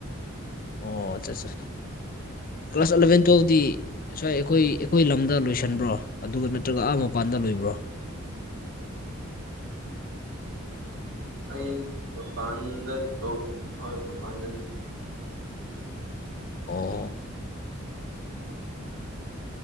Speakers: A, on the left (about 40°); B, on the right (about 60°).
A: ꯑꯣ ꯑꯠꯆꯥ ꯆꯥ ꯀ꯭ꯂꯥꯁ ꯑꯦꯂꯚꯦꯟ ꯇꯨꯋꯦꯜꯕꯗꯤ ꯁ꯭ꯋꯥꯏ ꯑꯩꯈꯣꯏ ꯑꯩꯈꯣꯏ ꯂꯝꯗ ꯂꯣꯏꯁꯤꯟꯕ꯭ꯔꯣ ꯑꯗꯨꯒ ꯅꯠꯇ꯭ꯔꯒ ꯑꯥ ꯃꯄꯥꯟꯗ ꯂꯣꯏꯕ꯭ꯔꯣ
B: ꯑꯩ ꯃꯄꯥꯟꯗ ꯇꯧ ꯍꯣꯏ ꯃꯄꯥꯟꯗꯅꯦ
A: ꯑꯣ